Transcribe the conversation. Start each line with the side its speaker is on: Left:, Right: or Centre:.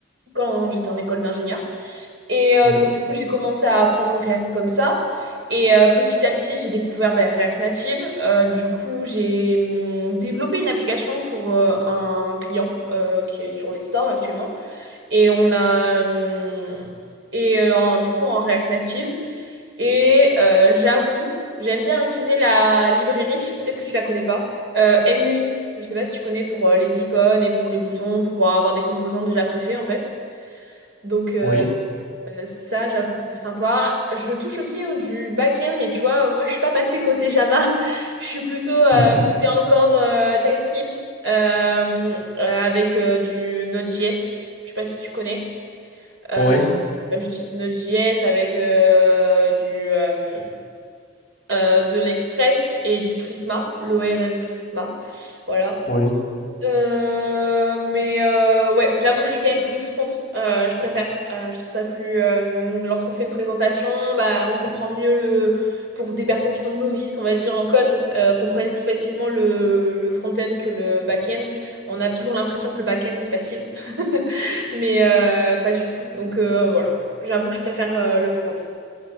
Right: quand j'étais en école d'ingénieur. Et euh,
Left: Oui,
Right: donc, du coup, j'ai commencé à apprendre React comme ça. Et euh, petit à petit, j'ai découvert ben, React Native. Euh, du coup, j'ai hum, développé une application pour euh, un client euh, qui est sur les stores actuellement. Et on a. hum, et euh, en- du coup, en React Native. Et euh, j'avoue, j'aime bien utiliser la librairie, peut-être que tu la connais pas, euh, MUI. Je sais pas si tu connais pour euh, les icônes et pour les boutons, pour pouvoir avoir des composants déjà préfaits en fait. Donc euh,
Left: oui,
Right: ça, j'avoue que c'est sympa. Je touche aussi au- du back-end, mais tu vois, euh, moi, je suis pas passée côté Java. <laughs> Je suis plutôt euh,
Left: <laughs>
Right: côté encore euh, TypeScript euh, euh, avec euh, du Node.js. Je sais pas si tu connais. Euh,
Left: oui,
Right: j'utilise Node.js avec euh, du, euh, euh, de l'Express et du Prisma, l'ORM Prisma. Voilà.
Left: oui.
Right: Euh, mais euh, ouais, j'avoue, je suis quand même plus front. Euh, je préfère. Euh, je trouve ça plus. euh, lorsqu'on fait une présentation, bah, on comprend mieux le. Pour des personnes qui sont novices, on va dire en code, euh, comprennent plus facilement le, le front-end que le back-end. On a toujours l'impression que le back-end c'est facile, <laughs> mais euh, pas du tout. Donc euh, voilà, j'avoue que je préfère euh, le front.